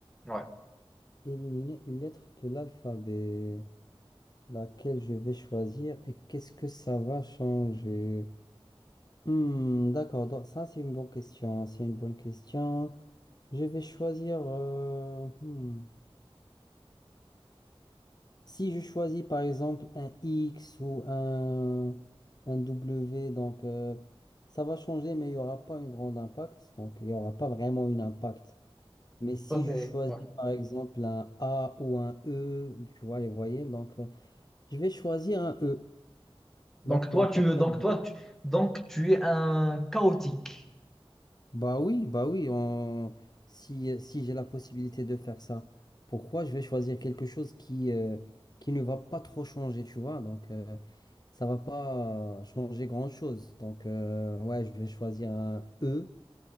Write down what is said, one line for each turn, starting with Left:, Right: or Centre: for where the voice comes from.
Centre: Ouais,
Left: éliminer une lettre de l'alphabet, laquelle je vais choisir et qu'est-ce que ça va changer? Hmm, d'accord, donc ça c'est une bonne question, c'est une bonne question. Je vais choisir, euh, hmm. Si je choisis par exemple un X ou un, un W, donc euh, ça va changer, mais il n'y aura pas un grand impact, donc il n'y aura pas vraiment un impact. Mais si
Centre: ça c'est.
Left: je choisis
Centre: ouais.
Left: par exemple un A ou un E, tu vois les voyelles, donc euh, je vais choisir un E,
Centre: Donc
Left: donc
Centre: toi,
Left: euh, comme
Centre: tu veux.
Left: ça.
Centre: Donc toi, tu... Donc tu es un chaotique.
Left: Bah oui, bah oui, on... si, si j'ai la possibilité de faire ça, pourquoi je vais choisir quelque chose qui, euh, qui ne va pas trop changer, tu vois? Donc, euh, ça va pas changer grand-chose. Donc, euh, ouais, je vais choisir un E.